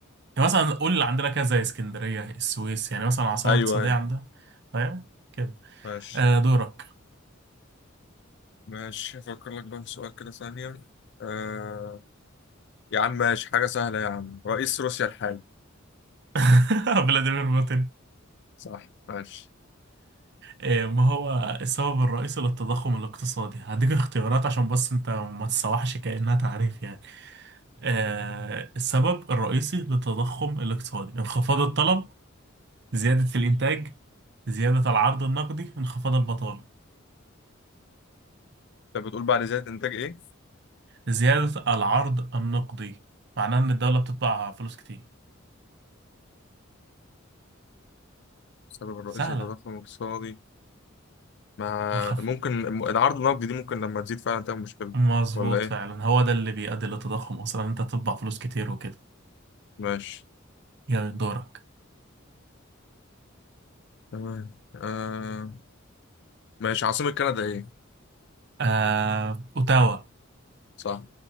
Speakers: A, on the right (about 55°); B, on the left (about 60°).
A: يعني مثلا قول اللي عندنا كده زي اسكندرية السويس يعني مثلا عاصمة
B: أيوه
A: اقتصادية
B: أيوه
A: عندنا فاهم كده
B: ماشي
A: آه دورك
B: ماشي أفكر لك بقى في سؤال كده ثانية آه... يا عم ماشي حاجة سهلة يا عم رئيس روسيا الحالي
A: <laughs> فلاديمير بوتين
B: صح ماشي
A: إيه، ما هو السبب الرئيسي للتضخم الاقتصادي هديك اختيارات عشان بس انت ما تسوحش كأنها تعريف يعني آه السبب الرئيسي للتضخم الاقتصادي انخفاض الطلب زيادة الإنتاج زيادة العرض النقدي انخفاض البطالة
B: أنت بتقول بعد زيادة إنتاج إيه؟
A: زيادة العرض النقدي معناه إن الدولة بتطبع فلوس كتير
B: السبب الرئيسي
A: سهلة
B: للتضخم الاقتصادي مع
A: هخف
B: ممكن الم- العرض النقدي دي ممكن لما تزيد فعلا تعمل مشكلة
A: مظبوط
B: ولا إيه؟
A: فعلا هو ده اللي بيؤدي للتضخم أصلا إن أنت تطبع فلوس كتير وكده
B: ماشي
A: يا دورك
B: تمام آه... ماشي عاصمة كندا إيه؟
A: آه أوتاوا
B: صح